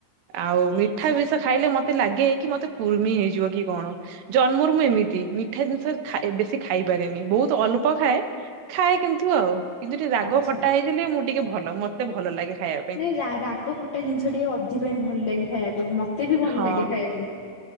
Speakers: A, on the right; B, on the left.
A: ଆଉ ମିଠା
B: ଆଚ୍ଛା
A: ବି ସହ ଖାଇଲେ ମତେ ଲାଗେ କି ମତେ କୁର୍ମି ହେଇଯିବ କି କଣ। ଜନ୍ମରୁ ମୁଁ ଏମିତି ମିଠା ଜିନିଷ ଖା ବେଶୀ ଖାଇପାରେନି ବହୁତ ଅଳ୍ପ ଖାଏ। ଖାଏ କିନ୍ତୁ ଆଉ। କିନ୍ତୁ ଟିକେ ରାଗ
B: ଆଚ୍ଛା
A: ଖଟା ହେଇଥିଲେ ମୁଁ ଟିକେ ଭଲ ମତେ ଭଲ ଲାଗେ ଖାଇବାକୁ।
B: ନାଇଁ ରା ରାଗ ଖଟା ଜିନିଷ ଟିକେ ଅଧିକ ହିଁ ଭଲ ଲାଗେ ଖାଇବାକୁ ମତେ ବି ଭଲ
A: ହଁ
B: ଲାଗେ ଖାଇବାକୁ।